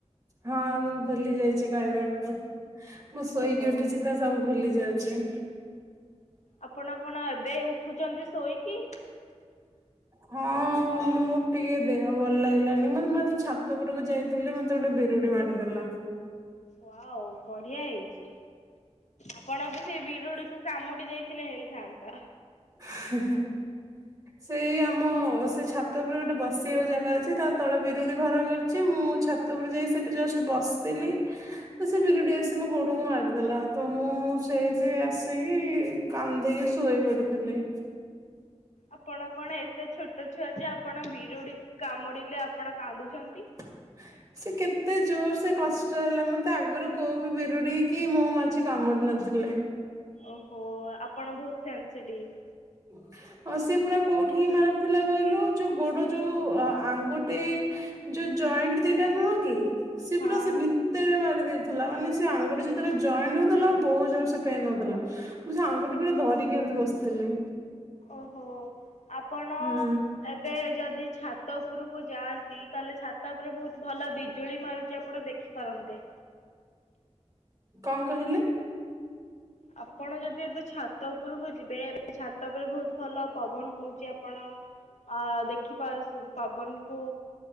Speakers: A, on the right (about 30°); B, on the left (about 90°).
A: ହଁ ଭୁଲି ଯାଇଛି କହିବାକୁ ମୁଁ ଶୋଇକି
B: ଓହୋ।
A: ଉଠିଛି ତା ସବୁ ଭୁଲି ଯାଉଛି।
B: ଆପଣ କଣ ଏବେ ଉଠୁଛନ୍ତି ଶୋଇକି?
A: ହଁ ଅ ମୁଁ ଟିକେ ଦେହ ଭଲ ଲାଗିଲାନି ମୁଁ ମ ମ ମୁଁ ଆଜି ଛାତ ଉପରକୁ ଯାଇଥିଲି ମତେ ଗୋଟେ ବିରୁଡି ମାରିଦେଲା।
B: ୱଉ ବଢ଼ିଆ ହେଇଛି। ଆପଣ ବି ସେଇ ବିରୁଡିକୁ କାମୁଡି ଦେଇଥିଲେ ହେଇଥାନ୍ତା।
A: ହିଁ ହିଁ ସେଇ ଆମ ସେଇ ଛା ଛାତ ଉପରେ ଗୋଟେ ବସିବାକୁ ଜାଗା ଅଛି ତା ତଳେ ବିରୁଡି ଘର କରିଛି ମୁଁ ଛାତଉପରକୁ ଯାଇ ସେଠି ଜଷ୍ଟ୍ ବସିଲି ତ ସେ ବିରୁଡି ଆସି ମୋ ଗୋଡକୁ ମାରିଦେଲା ଆ ତ ମୁଁ ସେଇଠି ଆସିକି କାନ୍ଦିକି ଶୋଇ ପଡିଥିଲି।
B: ଆପଣ କଣ ଏତେ ଛୋଟ ଛୁଆ ଯେ ଆପଣ ବିରୁଡି କାମୁଡିଲେ ଆପଣ କାନ୍ଦୁଛନ୍ତି?
A: ହ <inaudible> ସେ କେତେ ଜୋର ସେ କଷ୍ଟ ହେଲା ମତେ ଆଗରୁ କୋଉ ବି ବିରୁଡି କି ମହୁମାଛି କାମୁଡି ନଥିଲେ।
B: ଓହୋ ଆପଣ ବହୁତ ସେନ୍ସେଟିଭ।
A: ହ <inaudible> ହଁ ସେ ପୁରା କୋଉଠି କି ମାରିଥିଲା କହିଲୁ ଯୁ ଗୋଡ ଯୋଉ ଆ ଆଙ୍ଗୁଠି ଯୋଉ ଜଏଣ୍ଟ ଦିଟା ନୁହଁ କି ସେ
B: ହଁ
A: ପୁରା ସେ ଭି ଭିତରେ ମାରି ଦେଇଥିଲା ମାନେ ସେ ଆଙ୍ଗୁଠି ଯେତେବେଳେ ଜଏଣ୍ଟ ହେଉଥିଲା ବହୁତ ଜୋର ସେ ପେନ୍ ହଉଥିଲା। ମୁଁ ସେ ଆଙ୍ଗୁଠି ପୂରା ଧରିକି ଏମିତି ବସିଥିଲି।
B: ଓହୋ ଆପଣ
A: ହୁଁ
B: ଏବେ ଯଦି ଛାତ ଉପରକୁ ଯାଆ ଯାଆନ୍ତି ତାହେଲେ ଛାତ ଉପରେ ବହୁତ ଭଲ ବିଜୁଳି ମାରୁଛି ଆପଣ ଦେଖିପାରନ୍ତେ?
A: କ କହିଲେ?
B: ଆପଣ ଯଦି ଏବେ ଛାତ ଉପରକୁ ଯିବେ ଏବେ ଛାତ ଉପରେ ବହୁତ ଭଲ ପବନ ହଉଛି ଆପଣ ଆ ଦେଖିିପାରୁଛି ପବନ କୁ